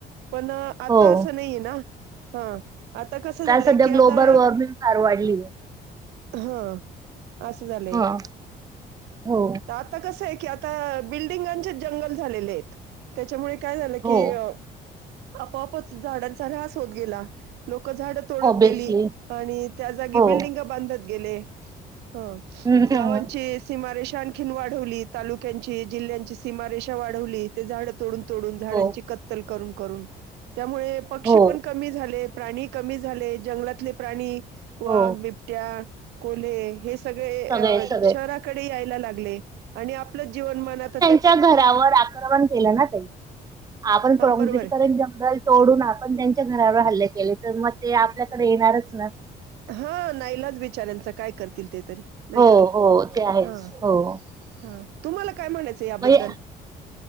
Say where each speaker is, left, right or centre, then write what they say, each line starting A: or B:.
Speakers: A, on the right (about 80°); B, on the right (about 20°).
A: पण आता
B: हो
A: असं नाहीय ना. हा आता कसं झालंय
B: सध्या
A: की आता
B: ग्लोबल वॉर्मिंग फार वाढलीय
A: हा असं झाले.
B: ह हो
A: तर आता कसं आहे की आता बिल्डिंगांचे जंगल झालेले आहेत. त्याच्यामुळे काय झालं की
B: हो
A: अ आपोआपच झाडांचा रास होत गेला लोकं झाडं तोडत
B: ऑब्विसली
A: गेली आणि त्या जागी
B: हो
A: बिल्डिंग बांधत गेले हां.
B: हम्म
A: गावांची सीमारेषा आणखीन वाढवली तालुक्यांची जिल्ह्यांची‌ सीमारेषा वाढवली ते झाडं तोडून-तोडून झाडांची
B: हो
A: कत्तल करून-करून. त्यामुळे पक्षी
B: हो
A: पण कमी झाले प्राणी कमी झाले जंगलातले प्राणी वाघ,
B: हो
A: बिबट्या, कोल्हे हे सगळे ए
B: सगळे
A: आ
B: सगळे
A: शहरा कडे यायला लागले आणि आपलं जीवन मनात
B: च्या घरावर आक्रमण केलं ना ताई आपण काँक्रीटीकरण
A: हा बरोबर आहे
B: तेन जंगल तोडून आपण त्यांच्या घरावर हल्ले केले तर मग ते आपल्याकडे येणारच ना.
A: हा नाईलाच बिचार्यांच काय करतील ते तरी नाही
B: हो
A: का
B: हो ते आहेच
A: हा.
B: हो
A: हा तुम्हाला काय म्हणायचं याबद्दल?
B: म्हणजे